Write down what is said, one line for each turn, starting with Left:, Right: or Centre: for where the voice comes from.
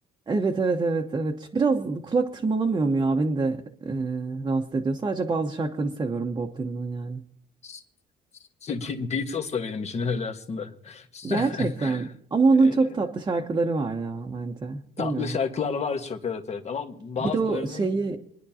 Right: Evet, evet, evet, evet. Şu Biraz kulak tırmalamıyor mu ya? Beni de e, rahatsız ediyor. Sadece bazı şarkılarını seviyorum Bob Dylan'ın yani.
Left: <laughs> Be- Beatles da benim için öyle aslında. <laughs>
Right: Gerçekten. Ama
Left: Ee,
Right: onun çok tatlı şarkıları var ya bence.
Left: tatlı
Right: Bilmiyorum.
Left: şarkılar var çok evet evet ama bazılarının
Right: Bir de o şeyi